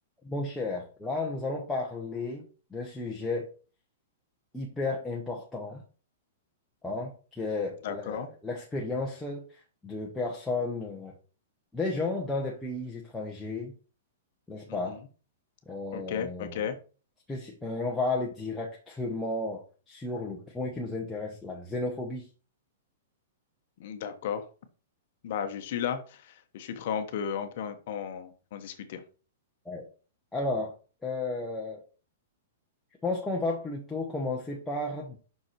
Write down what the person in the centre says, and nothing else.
Mon cher, là, nous allons parler d'un sujet hyper important, hein, qui est
la- l'expérience de personnes, euh, des gens dans des pays étrangers, n'est-ce pas?
Euh,
spéci- euh, on va aller directement sur le point qui nous intéresse, la xénophobie.
Ouais. Alors, euh, je pense qu'on va plutôt commencer par